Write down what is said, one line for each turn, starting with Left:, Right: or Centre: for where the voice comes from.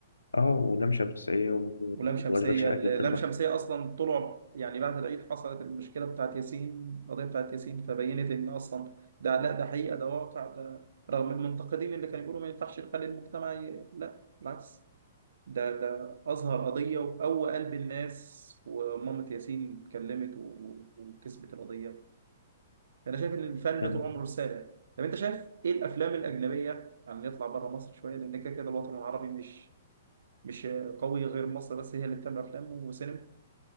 Left: آه ولام شمسية و-
Right: ولام شمسية
Left: وأشغال شقة
Right: لام
Left: جدا
Right: شمسية أصلا طلع يعني بعد العيد حصلت المشكلة بتاعت ياسين القضية بتاعت ياسين فبينت إن أصلا ده لا ده حقيقة ده واقع ده رغم المنتقدين اللي كانوا بيقولوا ما ينفعش نخلي المجتمع ي... لا بالعكس ده ده أظهر قضية وقوى قلب الناس ومامة ياسين اتكلمت و- و- وكسبت القضية أنا شايف إن الفن
Left: بقى
Right: طول عمره رسالة طب أنت شايف إيه الأفلام الأجنبية يعني نطلع بره مصر شوية لأن كده كده الوطن العربي مش مش قوي غير مصر بس هي اللي بتعمل أفلام وسينما